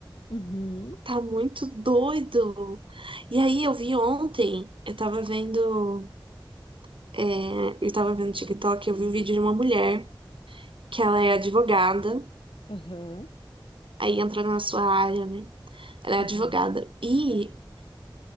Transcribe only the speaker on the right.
Tá muito doido. E aí, eu vi ontem, eu tava vendo, é, eu tava vendo TikTok, eu vi um vídeo de uma mulher que ela é advogada,
aí entra na sua área, né? Ela
é advogada. E